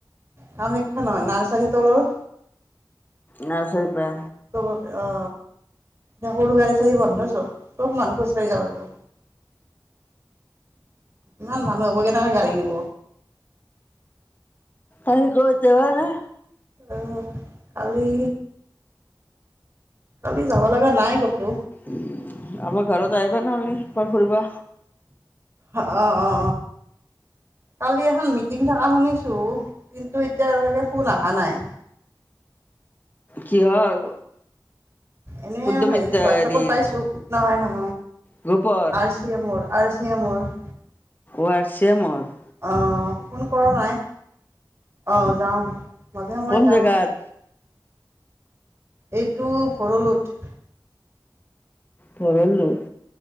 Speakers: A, on the right; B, on the left.
A: কামাখ্যা নহ নাৰ্চাৰী তলৰ
B: নাৰ্চাৰীৰ পৰা
A: ব অ এ সৰু গাড়ী চাডাৰী বন্ধ চ <unintelligible> চব মানুহোজাঢ়ি যাবাগিব <unintelligible> ইমান মানুহ হ'বগেনেহে গাড়ী নিব
B: আহি কৈ তেৱাৰ ন
A: আহ কালি কালি যাব লগা নাই ক'তো
B: উ আমাৰ ঘৰত আহিবা নহলে পাৰ ফুৰিবা
A: অ অ অ কালি এখন মিটিং থকা শুনিছো কিন্তু এতিয়াকে ফোন অহা নাই
B: কিহৰ
A: এনেই
B: উদ্যমিতা
A: হেৰিত হোৱাটছআাপত
B: হেৰিৰ
A: পাইছো নহয় নহয়
B: গ্ৰুপৰ
A: আছিয় মোৰ <unintelligible> আৰু চ মোৰ
B: আৰ চেমৰ <unintelligible>
A: অ ফোন কৰা নাই আহ যাও মাজে মই
B: কোন
A: যাওঁ
B: জেগাত
A: এইটো সৰলোত
B: পৰলো <unintelligible>